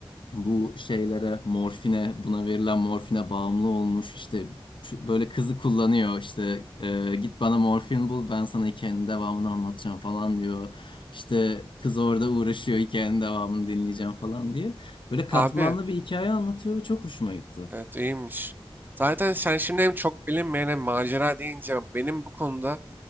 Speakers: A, on the left (about 60°); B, on the right (about 20°).
A: bu şeylere morfine buna verilen morfine bağımlı olmuş işte ç- böyle kızı kullanıyor işte e, git bana morfin bul ben sana hikayenin devamını anlatacağım falan diyor. İşte kız orada uğraşıyor hikayenin devamını dinleyeceğim falan diye. Böyle katmanlı
B: Abi.
A: bir hikaye anlatıyor ve çok hoşuma gitti.
B: Evet iyiymiş. Zaten sen şimdi hem çok bilinmeyen hem macera deyince benim bu konuda